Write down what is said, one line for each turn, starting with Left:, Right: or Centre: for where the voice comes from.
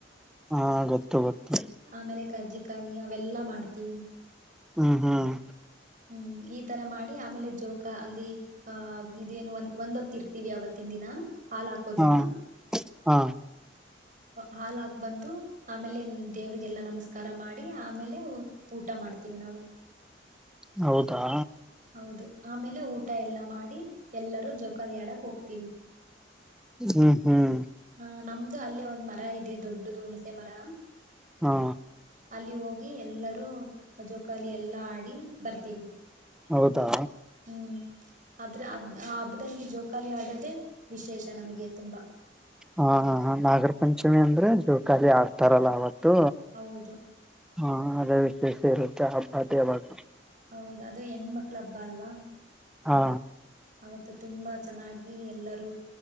Centre: ಹಾ ಗೊತ್ತು ಗೊತ್ತು
Right: ಆಮೇಲೆ ಕರ್ಜಿಕಾಯಿ ಅವೆಲ್ಲಾ ಮಾಡ್ತೀವಿ.
Centre: ಹ್ಮ್ ಹ್ಮ್
Right: ಹ್ಮ್ ಈ ತರ ಮಾಡಿ ಆಮೇಲೆ ಜೋಕ ಅಲ್ಲಿ ಆಹ ಇದೇನು ಒಂದ ಒಂದೊತ್ತ ಇರ್ತೀವಿ ಆವತ್ತಿನ ದಿನ. ಹಾಲ್ ಹಾಕೋದಿನ.
Centre: ಹಾ ಹಾ
Right: ಹಾಲ್ ಹಾಕ್ ಬಂದು ಆಮೇಲೆ ದೇವ್ರಿಗೆಲ್ಲ ನಮಸ್ಕಾರ ಮಾಡಿ ಆಮೇಲೆ ಊಟ ಮಾಡ್ತೀವಿ ನಾವು
Centre: ಹೌದಾ.
Right: ಹೌದು ಆಮೇಲೆ ಊಟ ತತ ಎಲ್ಲ ಮಾಡಿ ಎಲ್ಲರೂ ಜೊಕಾಲಾಡಕ್ ಹೋಗ್ತೀವಿ
Centre: ಹ್ಮ್ ಹ್ಮ್.
Right: ಆ ನಮ್ದು ಅಲ್ಲೇ ಒಂದ್ ಮರ ಇದೆ ದೊಡ್ಡದು ಹುಣಸೆ ಮರ
Centre: ಹಾ
Right: ಅಲ್ಲಿ ಹೋಗಿ ಎಲ್ಲರೂ ಜೋಕಾಲ ಎಲ್ಲಾ ಆಡಿ ಬರ್ತೀವಿ
Centre: ಹೌದಾ
Right: ಹ್ಮ್ ಆದ್ರೆ ಅದ ಹಬ್ಬದಲ್ಲಿ ಜೋಕಾಲಿ ಆಡೋದೆೇ ವಿಶೇಷ ನಮಗೆ ತುಂಬಾ
Centre: ಹಾ ನಾಗರ ಪಂಚಮಿ ಅಂದ್ರೆ ಜೋಕಖಾಲಿ ಆಡ್ತಾರಲ್ಲ ಅವತ್
Right: ಹೌದು
Centre: ಹಾ ಅದವಿ ರೇ ವುದೇ ಅಖಿಲ ಬಾದ್
Right: ಹೌದದು ಅದುೇ ಹೆಣ್ಮಕ್ಳ ಹಬ್ಬಾ ಅಲ್ವಾ
Centre: ಹಾ
Right: ಅವತ್ತು ತುಂಬಾ ಚೆನ್ನಾಗಿ ಎಲ್ಲರೂ